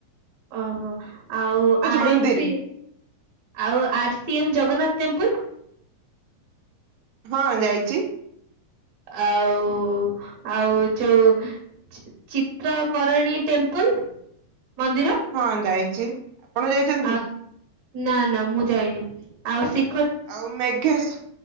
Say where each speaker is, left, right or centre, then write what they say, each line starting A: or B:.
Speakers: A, on the right; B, on the right.
A: ଓହୋ! ଆଉ ଆର
B: ମନ୍ଦିର
A: ଏମ ସି ଆଉ ଆର ସି ଏମ ଜ ଜଗନ୍ନାଥ ଟେମ୍ପୁଲ୍।
B: ହଁ ଯାଇଚି।
A: ଆଉ ଆଉ ଯୋଉ ଚି-ଚିତ୍ର କରଣୀ ଟେମ୍ପଲ ମନ୍ଦିର
B: ହଁ ଯାଇଚି। ଆପଣ ଯାଇଚନ୍ତି?
A: ଆଉ ନା ନା ମୁଁ ଯାଇନି। ଆଉ ଶିକ୍
B: ଆଉ ମେଘେସ୍